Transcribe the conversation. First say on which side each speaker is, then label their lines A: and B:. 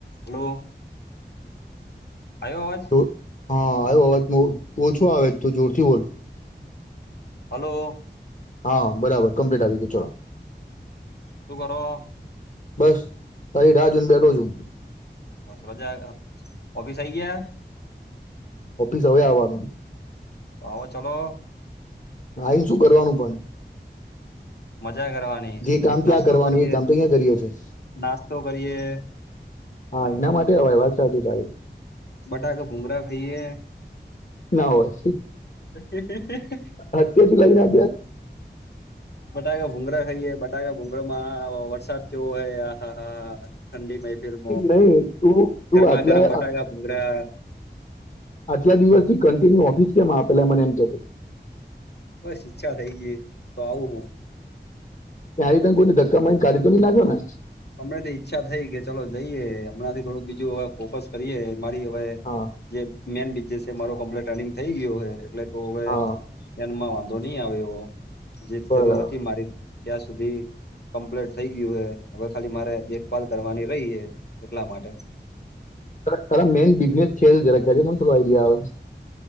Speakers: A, on the left; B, on the left.
A: Hello આયો અવાજ
B: તો હા આયો અવાજ ઓછો આવે તું જોરથી બોલ
A: હલો
B: હા બરાબર કમ્પ્લીટ આવી ગયુ ચલો
A: શું કરો
B: બસ તારી રાહ જોઈને બેઠો છું
A: બસ મજા ઓફીસ આઈ ગયા
B: ઓફિસ હવે આવાનું
A: પાવા ચલો
B: આઈ શું કરવાનું પણ
A: મજા કરવાની
B: જે કામ
A: નાસ્તો
B: ત્યાં કરવાનું
A: કરીએ
B: એ કામ તો અહીંયા કરીએ છીએ
A: નાસ્તો કરીએ
B: હા એના માટે <unintelligible> વાત સાચી તારી
A: બટાકા ભુંગરા ખઈએ
B: ના હોય.
A: <inaudible>
B: હત્યાથી લઈને આપ્યા?
A: બટાકા ભુંઘરા ખઈએ ભુંગરા માં વરસાદ કેવો હોય આ હા હા હા ઠંડી માં
B: નહી તું
A: ગરમા
B: તું આટલા
A: ગરમ બટાકા ભૂઘરા.
B: આજલા દિવસ થી કન્ટિન્યુ ઓફિસ કેમ આ પેલા મને એમ કેજે
A: બસ ઈચ્છા થઈ ગઈ તો આવું હું.
B: ત્યાંથી તને કોઈને ધક્કા મારીને કાઢી તો ની નાખ્યોને?
A: અમને થી ઈચ્છા થઈ કે ચલો જઈએ હમણાંથી થોડું બીજું હવે ફોકસ કરીએ મારી હવે-
B: હા
A: - જે મેન બીજેસે મારો કમ્પલેટ રનિંગ થઈ ગયો એટલે હવે-
B: હા
A: - ધ્યાનમાં વાંધો ની આવે જે
B: બરાબર
A: જરૂર હતી મારી ત્યાં સુધી કમ્પ્લેટ થઈ ગયું હે. હવે ખાલી મારે દેખભાલ કરવાની રહી હે એટલા માટે
B: તારા મેન બિઝનેસ છે જરાક કેજે મને આઈડિયા આવે.